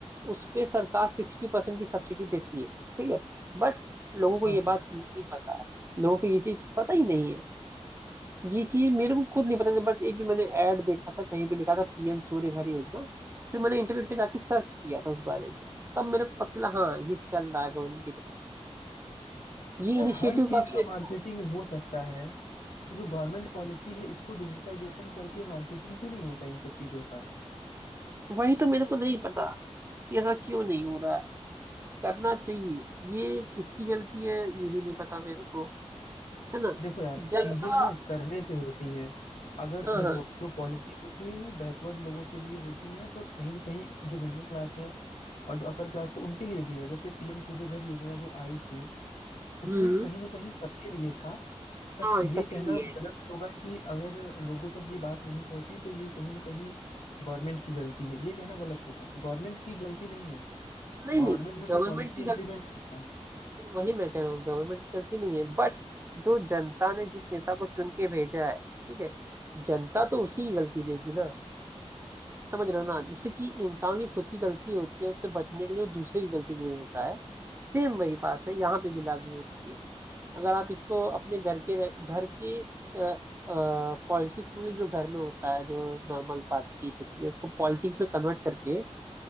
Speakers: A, on the right (about 25°); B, on the left (about 85°).
A: उस पे सरकार सिक्सटी परसेंट की सब्सिडी देती है ठीक है बट लोगों को
B: हाँ
A: ये बात
B: हाँ।
A: नहीं पता है लोगों को ये चीज पता ही नहीं है ये कि मेरे को खुद नहीं पता था बट एक दिन मैंने ऐड देखा था कहीं पे लिखा था पीएम सूर्य घर योजना फिर मैंने इंटरनेट पे जाके सर्च किया था उस बारे में तब मेरे को पता चला हाँ ये चल रहा है गवर्नमेंट की तरफ से ये
B: यार
A: इनिशिएटिव
B: हर चीज
A: काफी
B: का
A: अच्छा
B: मार्केटिंग हो सकता है तो जो गवर्नमेंट पॉलिसी है इसको डिजिटलाइजेशन करके मार्केटिंग क्यों नहीं होता इन सब चीजों का
A: है वही तो मेरे को नहीं पता कि ऐसा क्यों नहीं हो रहा है करना चाहिए ये किसकी गलती है ये भी नहीं पता मेरे को है ना
B: देखो यार
A: जनता
B: चीजें ना करने से होती हैं अगर
A: हाँ
B: देखो
A: हाँ
B: जो पॉलिसी होती है वो बैकवर्ड लोगों के लिए होती है तो कहीं ना कहीं जो मिडिल क्लास है और जो अपर क्लास है उनके लिए भी है जैसे पीएम सूर्य घर योजना जो आई थी उसमें
A: हम्म
B: कहीं ना कहीं सबके लिए था बट
A: हाँ
B: ये
A: ये सबके
B: कहना
A: लिए है
B: गलत होगा कि अगर लोगों तक ये बात नहीं पहुंची तो ये कहीं ना कहीं गवर्नमेंट की गलती है ये कहना गलत होगा गवर्नमेंट की गलती नहीं है
A: नहीं
B: गवर्नमेंट
A: नहीं
B: ने
A: गवर्नमेंट
B: तो पॉलिसी
A: की
B: इम्प्लीमेंट
A: गलती
B: किया
A: वही मैं कह रहा हूँ गवर्नमेंट की गलती नहीं है बट जो जनता ने जिस नेता को चुन के भेजा है ठीक है जनता तो उसी की गलती देगी ना समझ रहे हो ना जैसे कि इंसान की खुद की गलती होती है उससे बचने के लिए वो दूसरे की गलती दे देता है सेम वही बात है यहाँ पे भी लागू होती है अगर आप इसको अपने घर के रह- घर के पॉलिटिक्स मतलब जो घर में होता है जो नॉर्मल बातचीत होती है उसको पॉलिटिक्स में कन्वर्ट करके